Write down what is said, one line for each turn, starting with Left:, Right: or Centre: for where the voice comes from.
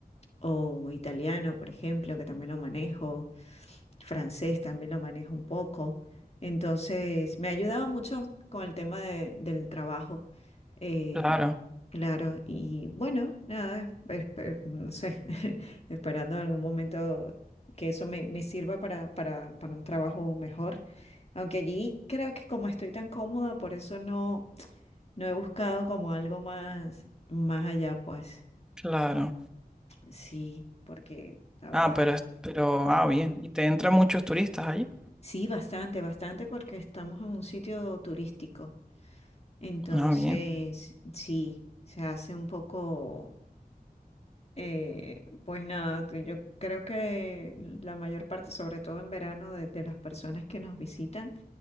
Left: o italiano, por ejemplo, que también lo manejo francés también lo manejo un poco. Entonces, me ha ayudado mucho con el tema de- del trabajo. eh,
Centre: claro,
Left: claro, y bueno, nada, espe- no sé, <laughs> esperando en algún momento que eso me, me sirva para, para, para un trabajo mejor. Aunque allí creo que como estoy tan cómoda, por eso no, no he buscado como algo más, más allá, pues
Centre: claro.
Left: sí, porque la
Centre: Ah,
Left: verdad
Centre: pero, es- pero, ah, bien. ¿Y te entran muchos turistas allí?
Left: Sí, bastante, bastante, porque estamos en un sitio turístico. Entonces,
Centre: Ah, bien,
Left: sí, se hace un poco, eh, pues nada, que yo creo que la mayor parte, sobre todo en verano, de, de las personas que nos visitan